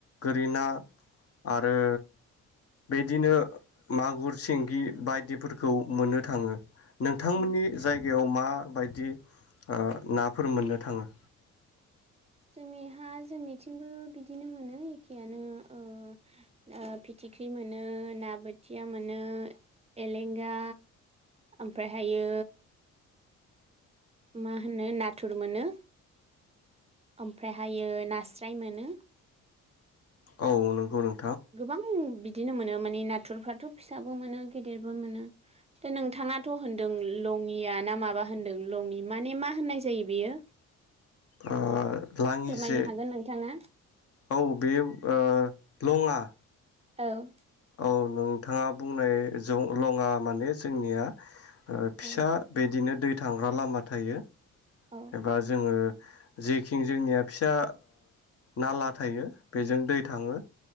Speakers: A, on the left; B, on the right.
A: गोरि ना आरो बिदिनो मागुर, सिंगि बायदिफोरखौ मोननो थाङो । नोंथांमोननि
B: उम
A: जायगायाव मा बायदि ओ ना फोर मोननो थाङो?
B: जोंनिहा जोंनिथिंबो बिदिनो मोनो एखेयानो ओ, ओ फिथिख्रि मोनो ना बोथिया मोनो एलेंगा ओमफ्रायहायो मा होनो नाथुर मोनो, ओमफ्रायहायो नास्राय मोनो ।
A: औ नंगौ नों
B: गोबां बिदिनो मोनो माने नाथुरफ्राथ' फिसाबो मोनो, गिदिरबो मोनो दो नोंथाङा थ' होनदों लङिया ना माबा होनदों लङि माने मा होननाय जायो बेयो?
A: आ लाङि
B: फोरमायनो
A: जे
B: हागोन नोंथाङा
A: औ बे ओ लङा ।
B: औ ।
A: अ' नोंथाङा बुंनाय जं लङा माने जोंनिया ओ
B: औ
A: फिसा बिदिनो दै थांग्रा लामा थायो।
B: औ
A: एबा जोङो जेखिं जोंनिया फिसा नाला थायो बेजों दै थाङो।